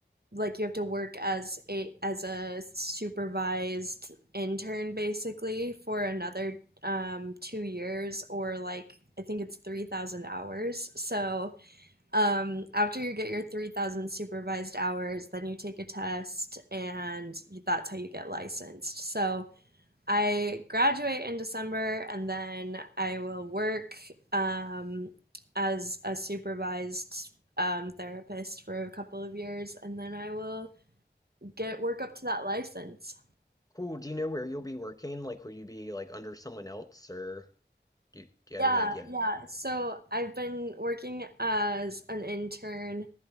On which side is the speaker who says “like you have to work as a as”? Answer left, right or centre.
Right